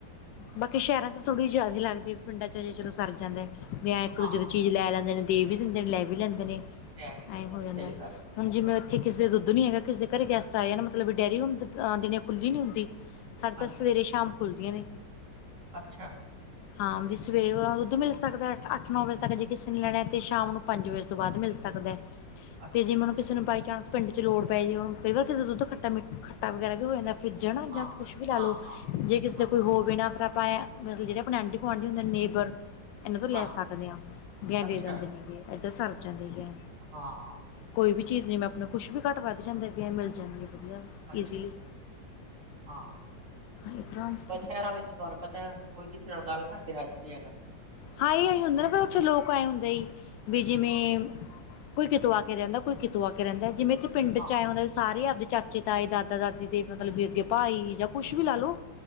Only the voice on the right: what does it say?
ਹਾਂ,
ਲੈ ਵੀ ਲੈਂਦੇ
ਨੇ
ਸਹੀ ਗੱਲ ਹੈ।
ਹਾਂਜੀ,
ਅੱਛਾ।
ਅੱਛਾ,
ਹਾਂ,
ਹਾਂ,
ਹਾਂ,
ਹਾਂ,
ਹਾਂ,
ਅੱਛਾ,
ਹਾਂ।
ਅੱਛਾ,
ਅੱਛਾ, ਹਾਂ।
ਬਸ ਸ਼ਹਿਰਾਂ ਵਿੱਚ ਤੁਹਾਨੂੰ ਪਤਾ ਐ ਕੋਈ ਕਿਸੇ ਨਾਲ ਗੱਲ ਕਰਕੇ ਰਾਜੀ ਨੀ ਹੈਗਾ।
ਹਾਂ,